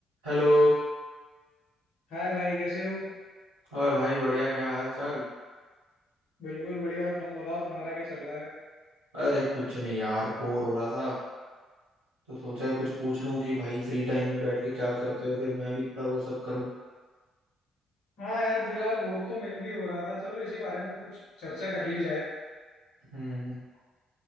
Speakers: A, on the right (about 80°); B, on the left (about 65°).
A: हेलो
B: हाय भाई कैसे हो
A: और भाई बढ़िया क्या हाल चाल
B: बिल्कुल बढ़िया और तुम बताओ तुम्हारा क्या चल रहा है
A: अरे कुछ नहीं यार बोर हो रहा था तो सोचा कुछ पूछ लूं कि भाई फ्री टाइम में बैठ के क्या करते हो फिर मैं भी थोड़ा वो सब करूं
B: हाँ यार फिलहाल बोर तो मैं भी हो रहा था चलो इसी बारे में कुछ चर्चा कर ली जाए
A: हम्म